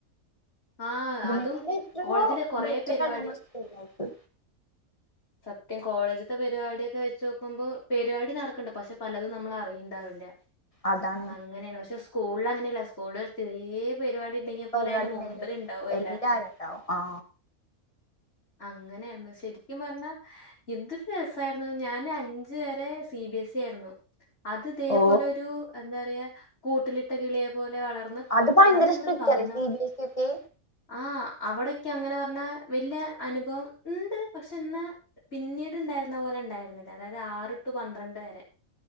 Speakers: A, on the left (about 50°); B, on the left (about 25°).
A: ആ
B: ഇതിനെക്കാള
A: അതും
B: എത്രയോ
A: കോളേജിലെ കൊറേ
B: ബെറ്ററ
A: പരിപാടി
B: നമ്മ സ്ക്ക്
A: സത്യം കോളേജത്തെ പരിപാടൊക്കെ വെച്ചച്ച് നോക്കുമ്പോ പരിപാടി നടക്കണ്ട് പക്ഷെ പലതും നമ്മൾ അറിയുണ്ടാവില്ല
B: അതാണ്
A: അങ്ങനെയാണ് പക്ഷെ സ്കൂള അങ്ങനെയല്ല സ്കൂള ചെറിയ പരിപാടി എണ്ടെങ്കിൽ
B: പരിപാടി
A: പോലെ അയിന്റെ മുമ്പിൽ
B: ഉണ്ടെങ്കിലും
A: ഉണ്ടാവും എല്ലാത്തിനും
B: എല്ലാരും ഉണ്ടാവും ആ
A: അങ്ങനെയരുന്നു ശരി എും പറഞ്ഞ എന്തൊരു രസായിരുന്നു ഞാാന് അഞ്ച വരെ സി ബി എസ് ഇ ആയിരുന്നു അത് ഇതേപോലെ
B: ഓ
A: ഒരു എന്താ പറയാ കൂട്ടിലിട്ട കിളിയെ പോലെ വളർന്ന്
B: അത്
A: പെട്ടെന്ന്
B: ഭയങ്കര
A: നിങ്ങെ
B: സ്ട്രിക്റ്റ്
A: പറന്ന
B: അല്ലേ സി
A: വിട്ട
B: ബി എസ് ഇ ഒക്കെ
A: ആ അവിടൊക്കെ അങ്ങനെ പറഞ്ഞാ വലിയ അനുഭവം ഉണ്ട് പക്ഷെ ഇന്ന് പിന്നീട് ഇണ്ടായിരുന്ന പോലെ ഉണ്ടായിരുന്നില്ല അതായത് ആറ് ടു പന്ത്രണ്ട് വരെ